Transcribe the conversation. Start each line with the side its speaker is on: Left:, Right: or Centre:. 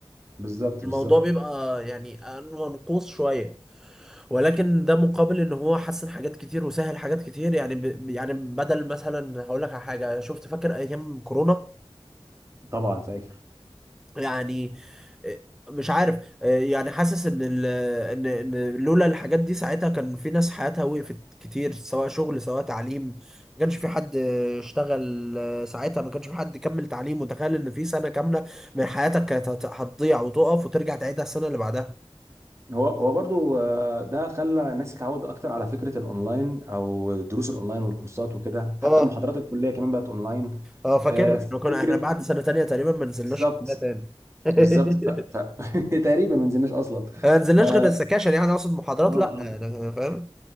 Right: بالظبط
Centre: الموضوع
Right: بالظبط
Centre: بيبقى يعني منقوص شوية ولكن ده مقابل ان هو حسن حاجات كتير وسهل حاجات كتير يعني ب... يعني بدل مثلا هقول لك على حاجه شفت فاكر ايام كورونا
Right: طبعا فاكر
Centre: يعني آه، مش عارف آه، يعني حاسس ان ال ان ان لولا الحاجات دي ساعتها كان في ناس حياتها وقفت كتير سواء شغل سواء تعليم ما كانش في حد اشتغل آه، ساعتها ما كانش في حد كمل تعليم وتخيل ان في سنة كاملة من حياتك كانت هت- هتضيع وتقف وترجع تعيدها السنة اللي بعدها
Right: هو هو برضو آه، ده خلى الناس تتعود اكتر على فكره الاونلاين او الدروس الاونلاين والكورسات وكده حتى
Centre: اه
Right: محاضرات الكليه كمان بقت اونلاين
Centre: اه فاكر
Right: آه،
Centre: احنا كنا
Right: فكره
Centre: احنا بعد سنة تانية تقريبا ما نزلناش
Right: بالظبط
Centre: كلها تاني <laughs>
Right: بالظبط ف... ف... <laughs> تقريبا ما نزلناش اصلا
Centre: ما نزلناش
Right: ف اه
Centre: غير السكاشن يعني اقصد محاضرات
Right: آه.
Centre: لا أنا- أنا فاهم